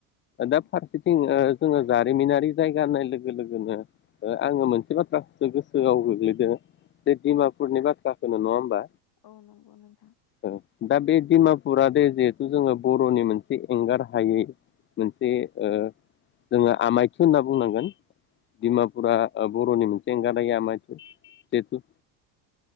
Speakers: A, on the left (about 50°); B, on the left (about 25°).
A: औ
B: दा फारसेथिं ओ जोङो जारिमिनारि जायगा होननाय लोगो लोगोनो ओ आङो मोनसे बाथ्राखौसो गोसोआव गोग्लैदों। बे डिमापुरनि
A: औ
B: बाथ थाखोनो नङा होमबा?
A: औ नंगौ नोंथां।
B: औ दा बे डिमापुरा दे जिहेथु जोङो बर'नि मोनसे एंगार हायै मोनसे ओ जोङो आमायथु होनना बुंनांगोन।
A: औ
B: डिमापुरा ओ बर'नि मोनसे एंगारनो हायै आमायथु जेहुथु।